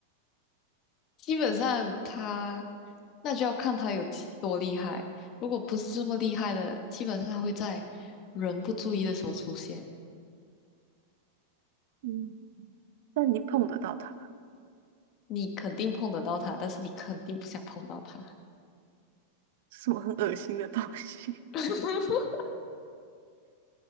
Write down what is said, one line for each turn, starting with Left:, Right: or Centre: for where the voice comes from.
Left: 基本上他那就要看他有几多厉害。如果不是这么厉害的，基本上他会在人不注意的时候出现。
Right: 嗯，<laughs> 但你碰得到他，
Left: 你肯定碰得到他，但是你肯定不想碰到他，
Right: 是什么很恶心的东西？
Left: <laughs>